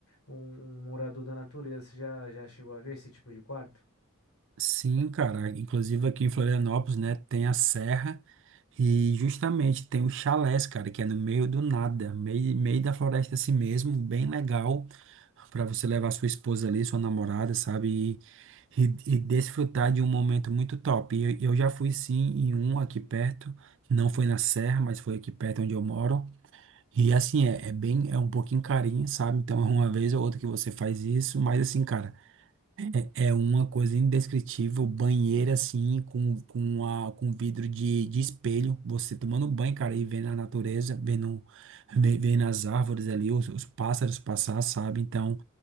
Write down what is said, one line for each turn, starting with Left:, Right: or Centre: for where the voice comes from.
Left: Um, um morador da natureza. Você já, já chegou a ver esse tipo de quarto?
Right: Sim, cara. Inclusive aqui em Florianópolis, né, tem a serra e justamente tem o chalés, cara, que é no meio do nada, meio, meio da floresta assim mesmo, bem legal para você levar sua esposa ali, sua namorada, sabe? E, e, e desfrutar de um momento muito top. E eu, eu já fui sim em um aqui perto, não foi na serra, mas foi aqui perto onde eu moro. E assim, é, é bem, é um pouquinho carinho, sabe? Então, <laughs> é uma vez ou outra que você faz isso, mas assim, cara. É uma coisa indescritível, banheiro assim, com, com, a, com vidro de, de espelho, você tomando banho, cara, e vendo a natureza, vendo, ve- vendo as árvores ali, os, os pássaros passar, sabe? Então,